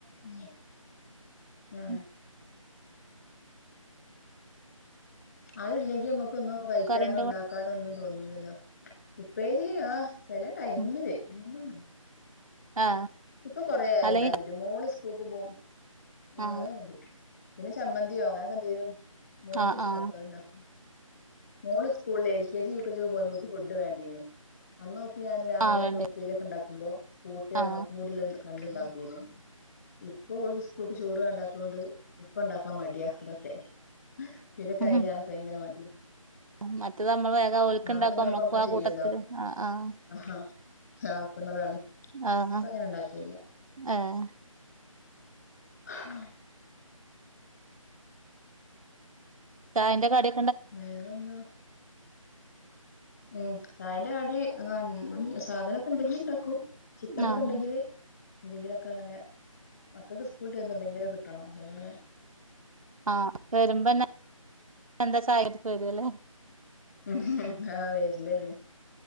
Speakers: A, on the left; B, on the right.
A: ഉം ആ
B: ഉം
A: അതിലെങ്കി നമ്മുക്കൊന്നു കഴിക്കാനോ
B: കറിന്റെ
A: ഉണ്ടാക്കാനോ
B: കൂടെ
A: ഒന്നും തോന്നുല്ലല്ലോ. ഉപ്പേരി ആ ചെല ടൈമിൽ
B: ഉം
A: മം.
B: ആ
A: ഇപ്പോ കൊറായി
B: അല്ലെങ്കി
A: ഉണ്ടാക്കിട്ട് മോള് സ്കൂൾക്ക് പോകും. ഉ
B: ആ
A: അതെ മതി. പിന്നെ ചമ്മന്തിയോ അങ്ങനെയെക്കെ എന്തേലും. മോൻക്ക്
B: ആ
A: ഇഷ്ട്ടാ
B: ആ
A: അപ്പോ ഉണ്ടാക്കും. മോൾ സ്കൂളിൽ L K G, U K G ഒക്കെ പോയപ്പോക്ക് ഫുഡ് വേണ്ടീനീ അന്ന് ഞാൻ രാവിലെ
B: ആ
A: ഒക്കെ
B: വേണ്ടേ
A: ഉപ്പേരിയെക്കെ ഉണ്ടാക്കുമ്പോ കൂത്തിയമ്മക്കി
B: ആ
A: ല് പണ്ടുയുണ്ടാക്കിയിന് ഇപ്പോ ഓൾക്ക് സ്കൂൾക്ക് ചോറ് വേണ്ട അതൊണ്ട് ഇപ്പോ ഉണ്ടാക്കാൻ മടിയാ അതെക്കെ ഉപ്പേരി ഒക്കെ
B: ഉം
A: അരിയാനൊക്കെ ഭയങ്കര മടിയാ
B: മറ്റത് നമ്മള് വേഗം ഓൽക്ക്ണ്ടാക്കും
A: മം ആവശ്യം ഉണ്ടാവുമ്പോൾ
B: നമ്മക്കും
A: നമ്മൾ
B: ആ
A: ചെയ്യുവല്ലോ
B: കൂട്ടത്തില് ആഹ്
A: ആ ഹാ. ആക്കുന്നതാണ്.
B: ആഹ്
A: ഇപ്പോ
B: ആഹ്
A: അങ്ങനെ ഉണ്ടാകെല്ലേയ്.
B: ഏഹ്
A: ആ മം.
B: ചായന്റെ കടി
A: വേറെന്താ ഉം ചായന്റെ കടി. മം ഉ സാധനക്കെ ഉണ്ടെങ്കിൽ ഉണ്ടാക്കും. ചിക്കനെക്കെ
B: ആഹ്
A: ഉണ്ടെങ്കിൽ എന്തെങ്കിലുമൊക്കെ അങ്ങനെ മക്കൾക്ക് സ്കൂൾ വിട്ടു വരുമ്പോ എന്തെ ങ്കിലും കിട്ടണം അപ്പോ പിന്നെ
B: ആ വരുമ്പന്നെ എന്താ ചായക്ക്‌ വാരൽ.
A: മ് മ് ആ വരലല്ലേ